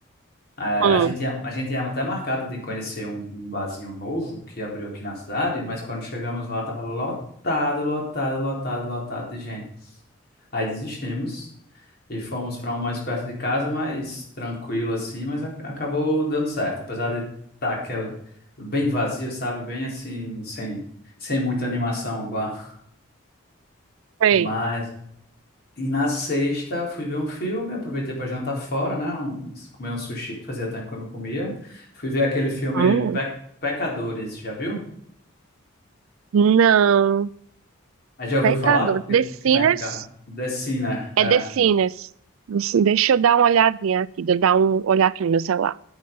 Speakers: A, on the left (about 45°); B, on the right (about 75°).
A: É,
B: Hum,
A: a gente tinha, a gente tinha até marcado de conhecer um, um barzinho novo que abriu aqui na cidade, mas quando chegamos lá estava lotado, lotado, lotado, lotado de gente. Aí desistimos e fomos para um mais perto de casa, mais tranquilo assim, mas a- acabou dando certo, apesar de estar aquele bem vazio, sabe? Bem assim, sem, sem muita animação o bar.
B: sei.
A: Mas E na sexta fui ver um filme, aproveitei para jantar fora, né? Um, comer um sushi, que fazia tempo que eu não comia. Fui ver aquele filme
B: Hum,
A: Pe- Pecadores, já viu?
B: não.
A: Ah, Já ouviu
B: Pecador.
A: falar? Que,
B: The Sinners?
A: que tá em cartaz. Sim, né?
B: É
A: É,
B: The Sinners. Assim, Deixa eu dar uma olhadinha aqui. Deixa eu dar um olhar aqui no meu celular.